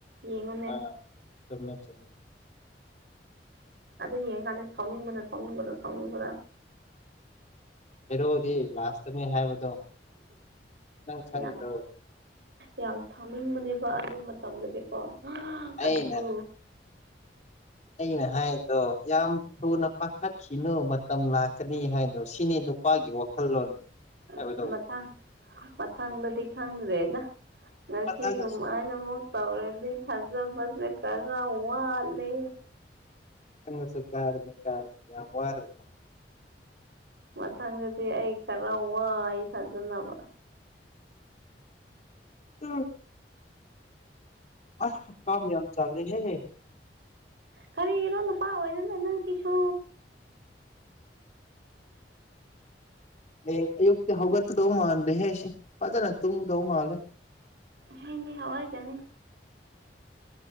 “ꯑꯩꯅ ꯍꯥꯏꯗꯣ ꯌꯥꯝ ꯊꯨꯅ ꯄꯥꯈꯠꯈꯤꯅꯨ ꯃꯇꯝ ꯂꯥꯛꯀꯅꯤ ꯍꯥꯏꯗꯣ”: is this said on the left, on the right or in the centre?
Left